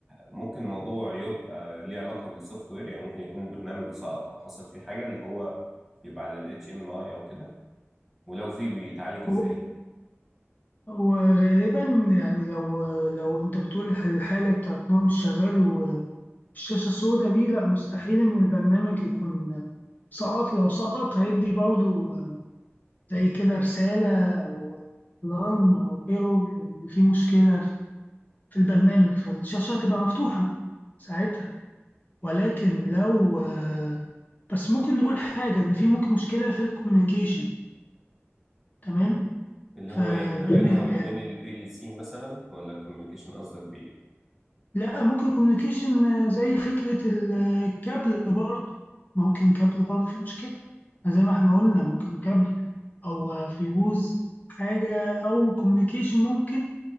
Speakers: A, in the centre; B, on the left.
A: ممكن الموضوع يبقى ليه علاقة بالسوفت وير يعني ممكن يكون البرنامج سقط او حصل فيه حاجة اللي هو بيبقى على ال HMI او كده ولو فيه بيتعالج ازاي
B: و- وغالبا يعني لو لو انت بتقول الح- الحالة بتاعت ان هو مش شغال والشاشة السوداء دي لا مستحيل ان البرنامج يكون سقط لو سقط هيدي برضو زي كده رسالة او الارم او ايرور ان في مشكلة في في البرنامج فالشاشة هتبقى مفتوحة ساعتها ولكن لو آه، بس ممكن نقول حاجة إن في ممكن مشكلة في الكوميونيكيشن تمام
A: اللي
B: فبين
A: هو ايه ما بينها
B: ال...
A: وما بين البي ال سي مثلا ولا كوميونيكيشن قصدك بايه
B: لا ممكن كوميونيكيشن زي فكرة الكابل برضه ممكن كابل برضه في مشكلة زي ما احنا قلنا ممكن كابل أو آه، فيوز حاجة أو كوميونيكيشن ممكن